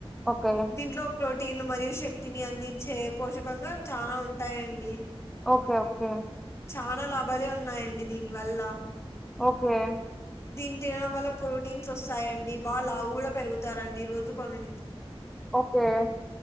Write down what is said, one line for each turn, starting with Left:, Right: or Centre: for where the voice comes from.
Centre: ఓకే
Left: దీంట్లో ప్రోటీ టీలు మరియు శక్తిని అందించే పోషకంగా చాలా ఉంటాయండి
Centre: ఓకే ఓకే
Left: చాలా లాభాలే ఉన్నాయండి దీని వల్ల
Centre: ఓకే
Left: దీని తినడం వల్ల ప్రోటీన్స్ వస్తాయండి బాగా లావు కూడా పెరుగుతారండి రోజు కొన్ని
Centre: ఓకే